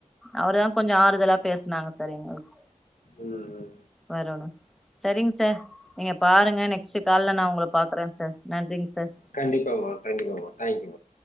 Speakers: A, in the centre; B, on the left.
A: அவர்தான் கொஞ்சம் ஆறுதலாக பேசனாங்க சார் எங்களுக்கு
B: ம், ம்.
A: வெரணும் சரிங்க சார் நீங்க பாருங்க நெக்ஸ்ட் காலைல நான் உங்களை பார்கறேன் சார். நன்றிங்க சார்.
B: கண்டிப்பமா கண்டிப்பமா தேங்க்யூ மா